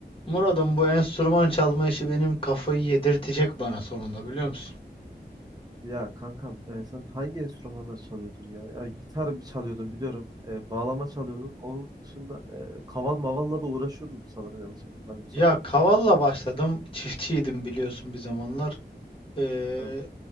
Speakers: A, on the left (about 30°); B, on the right (about 20°).
A: Murat'ım bu enstrüman çalma işi benim kafayı yedirtecek bana sonunda biliyor musun?
B: Ya kankam e, sen hangi enstrümanları çalıyordun ya? Ya gitar bir çalıyordun biliyorum. E, bağlama çalıyordun. Onun dışında e, kaval mavalla da uğraşıyordun sanırım yanlış hatırlamıyorsam
A: Ya
B: yani.
A: kavalla başladım. Çiftçiydim biliyorsun bir zamanlar. Ee,
B: Evet.